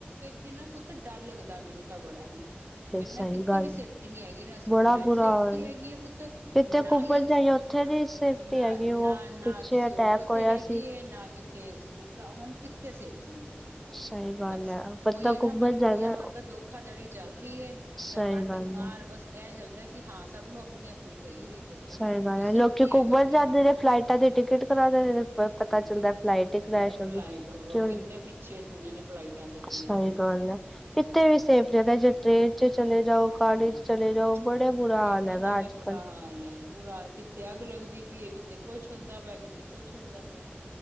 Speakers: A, on the right (about 80°); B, in the centre.
A: ਕਿੰਨਾ ਪੁਤ ਡਰ ਲੱਗਦਾ ਮੈਨੂੰ ਤਾਂ ਬੜਾ ਹੁਣ ਕਿਹਿੰਨਾ
B: ਸਹੀ
A: ਕਿੱਥੇ
B: ਗੱਲ
A: ਵੀ ਸੇਫ
B: ਹੈ,
A: ਸੇਫਟੀ ਨੀ ਹੈਗੀ ਨਾ ਸਕੂਲਾ
B: ਬੜਾ ਬੁਰਾ
A: ਚ ਸੇਫਟੀ
B: ਹਾਲ
A: ਹੈਗੀ ਹੈ ਪੁੱਤ
B: ਕਿਤੇ
A: ਨਾ
B: ਘੁੰਮਣ
A: ਹੀ
B: <unintelligible>
A: ਨਾ-ਨਾ,
B: ਹੈਗੀ ਉਹ
A: ਨਾ
B: ਪਿੱਛੇ
A: ਕਿਸੇ
B: ਅਟੈਕ
A: ਆਟੋ
B: ਹੋਇਆ
A: ਤੇ ਹੈਗੀ
B: ਸੀ
A: ਨਾ ਕਿ ਥੇ ਸਕੂਟਰ ਹੁਣ ਕਿੱਥੇ ਸੇਫਟੀ ਨੀ ਹੈਗੀ।
B: ਸਹੀ ਗੱਲ
A: ਬਸ
B: ਹੈ ਬੰਦਾ
A: ਉਹੀ ਹੈ ਨਾ
B: ਘੁੰਮਣ
A: ਬਸ
B: ਜਾਵੇ
A: ਦੁਨੀਆ ਭਰ ਦਾ ਧੋਖਾਧੜੀ ਚੱਲ ਰਹੀ ਹੈ।
B: ਸਹੀ
A: ਤਾਂ ਕੱਟ
B: ਗੱਲ
A: ਮਾਰ
B: ਹੈ
A: ਬਸ ਇਹ ਚੱਲਦਾ ਕਿ ਹਾਂ ਸਭ ਨੂੰ ਆਪਣੀ- ਆਪਣੀ ਪਈ ਹੋਈ ਹੈ ਪੁੱਤ
B: ਸਹੀ
A: ਕਿਸੇ
B: ਲੋਕੀ
A: ਨੂੰ ਨੀ ਹੈਗਾ
B: ਘੁੰਮਣ
A: ਕਿ
B: ਜਾਂਦੇ
A: ਹਾਂ
B: ਨੇ ਫਲਾਈਟਾ ਦੀ ਟਿਕਟ ਕਰਾਉਦੇ ਨੇ ਪਤਾ ਚੱਲਦਾ
A: ਬਸ।
B: ਫਲਾਈਟ ਕਰੈਸ਼ ਹੋਗੀ,
A: ਫਲਾਈਟ
B: ਕਿ
A: ਕਿੰਨੇ ਪਿੱਛੇ ਸੁਣੇ ਨੇ ਫਲਾਈਟਾਂ ਦੇ ਕੇਸ।
B: ਸਹੀ ਗੱਲ ਹੈ। ਕੀਥੇ ਵੀ ਸੇਫ ਜਗਹ ਜੇ ਟ੍ਰੇਨ ਚ ਚਲੇ ਜਾਓ। ਕਾਰ
A: ਹਾਂ
B: ਚ ਚਲੇ ਜਾਔ ਬੜੇ ਬੁਰਾ
A: ਟ੍ਰਰੇਨਾਂ
B: ਹਾਲ ਹੈਗਾ
A: ਦਾ ਵੀ
B: ਅੱਜ
A: ਬੁਰਾ
B: ਕੱਲ।
A: ਹਾਲ ਏ ਬੁਰਾ ਕਿੱਥੇ ਅੱਗ ਲੱਗਦੀ ਪਈਏ ਕਿੱਥੇ ਕੁੱਛ ਹੁੰਦਾ ਪੈ ਕਿਤੇ ਕੁੱਛ ਹੁੰਦਾ ਪਿਆ